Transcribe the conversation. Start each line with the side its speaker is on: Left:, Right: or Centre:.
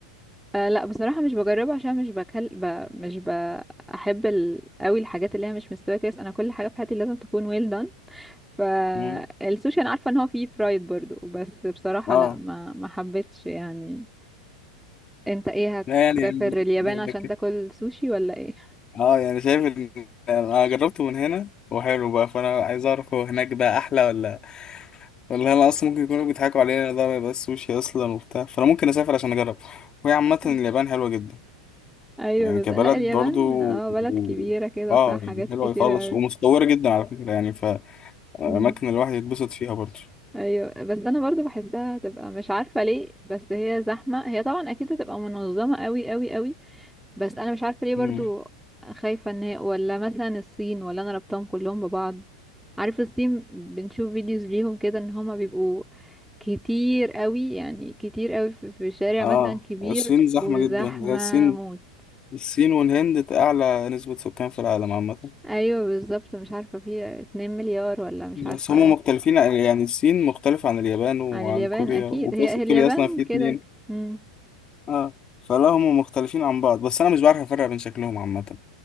Centre: أه لا بصراحه مش بجربه عشان مش بكل ب... مش بحب ال... قوي الحاجات اللي هي مش مستويه كويس انا كل حاجه في حياتي لازم تكون ويل done فالسوشي
Left: مم.
Centre: انا عارفه ان هو فيه فرايد برضو بس بصراحه
Left: آه
Centre: لا ما ما حبيتش يعني انت ايه هتسافر
Left: لا يعني
Centre: اليابان
Left: لكن-
Centre: عشان تاكل سوشي ولا ايه
Left: آه يعني شايف إن أنا جربته من هنا وحلو بقى فأنا عايز أعرف هو هناك بقى أحلى ولا والله انا اصلا ممكن يكونوا بيضحكوا علينا ده ما يبقاش سوشي اصلا وبتاع فانا ممكن اسافر عشان اجرب وهي عامه
Centre: <laughs>
Left: اليابان حلوه جدا
Centre: ايوه
Left: يعني كبلد
Centre: بس لا اليابان
Left: برضو
Centre: اه بلد
Left: و-
Centre: كبيره كده
Left: اه
Centre: وفيها حاجات
Left: يعني حلوه
Centre: كتيره
Left: خالص
Centre: قوي
Left: ومتطوره جدا على فكره يعني فاماكن
Centre: مم.
Left: الواحد يتبسط فيها برضو
Centre: ايوه بس انا برضو بحسها تبقى مش عارفه ليه بس هي زحمه هي طبعا اكيد هتبقى منظمه قوي قوي قوي بس انا مش عارفه ليه برضو
Left: مم.
Centre: خايفه ان هي ولا مثلا الصين ولا انا ربطهم كلهم ببعض عارف الصين بنشوف فيديوز ليهم كده ان هما بيبقوا كتير قوي يعني كتير قوي في في شارع
Left: اه
Centre: مثلا كبير
Left: الصين زحمه
Centre: وزحمه
Left: جدا هي الصين
Centre: موت
Left: الصين والهند اعلى نسبه سكان في العالم عامه
Centre: ايوه بالظبط مش عارفه في 2 مليار ولا مش
Left: بس
Centre: عارفه
Left: هم مختلفين يعني الصين مختلفه عن اليابان وعن
Centre: عن اليابان
Left: كوريا
Centre: اكيد
Left: وكوريا
Centre: هي هي اليابان
Left: اصلا في
Centre: كده
Left: اتنين
Centre: مم.
Left: اه فلا هم مختلفين عن بعض بس انا مش بعرف افرق بين شكلهم عامه